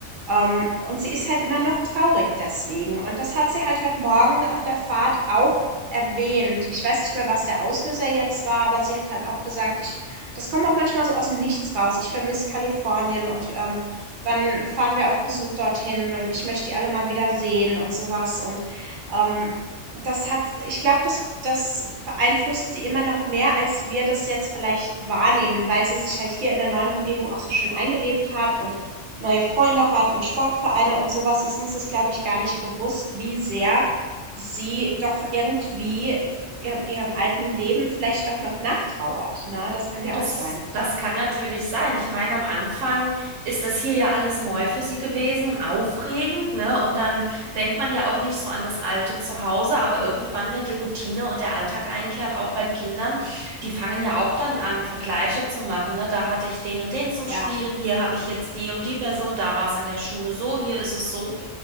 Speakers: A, on the right (about 55°); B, on the right (about 75°).
A: Ähm, und sie ist halt immer noch traurig deswegen. Und das hat sie halt heute Morgen auf der Fahrt auch erwähnt. Ich weiß nicht mehr, was der Auslöser jetzt war, aber sie hat halt auch gesagt, ich, das kommt auch manchmal so aus dem Nichts raus. Ich vermisse Kalifornien und ähm, wann fahren wir auf Besuch dorthin und ich möchte die alle mal wieder sehen und sowas. Und ähm, das hat, ich glaube, das, das beeinflusst sie immer noch mehr, als wir das jetzt vielleicht wahrnehmen, weil sie sich halt hier in der neuen Umgebung auch so schön eingelebt hat und neue Freunde hat und Sportvereine und sowas, ist uns das, glaube ich, gar nicht bewusst, wie sehr sie doch irgendwie ihr, ihrem alten Leben vielleicht doch noch nachtrauert. Ne? Das kann
B: Gut,
A: ja
B: das,
A: auch sein.
B: das kann natürlich sein. Ich meine, am Anfang ist das hier ja alles neu für sie gewesen und aufregend, ne? Und dann
A: Mhm.
B: denkt man ja auch nicht so an das alte Zuhause, aber irgendwann, wenn die Routine und der Alltag einkehrt, auch bei Kindern, die fangen ja auch dann an, Vergleiche zu machen, ne? Da hatte ich den und den zum
A: Ja,
B: Spielen, hier habe ich jetzt die und die Person, da war es in der Schule so, hier ist es so.